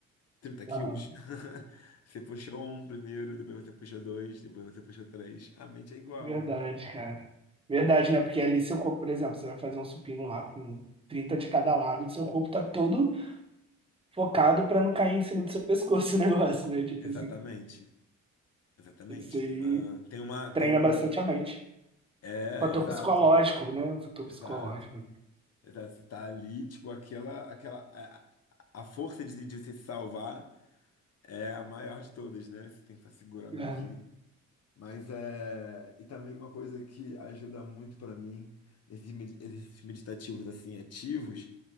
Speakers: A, on the left; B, on the right.
A: trinta quilos?
B: Aham.
A: <laughs> Você puxou um primeiro, depois você puxou dois, depois você puxou três. A mente é igual,
B: Verdade,
A: né?
B: cara. Verdade, né? Porque ali seu corpo, por exemplo, você vai fazer um supino lá com 30 de cada lado, seu corpo tá todo focado pra não cair em cima do seu pescoço <laughs> o negócio, né? Tipo
A: Exatamente.
B: assim,
A: Exatamente.
B: isso aí
A: Tem uma, tem uma,
B: treina
A: tem um.
B: bastante a mente.
A: É,
B: Fator
A: exato.
B: psicológico, né? Um fator
A: Exato.
B: psicológico.
A: Exato, Você tá ali, tipo, aquela, aquela, a, a força de, de você se salvar é a maior de todas, né? Você tem que estar segurando
B: Aham.
A: aqui. Mas é, e também uma coisa que ajuda muito pra mim nesses med- exercícios meditativos assim ativos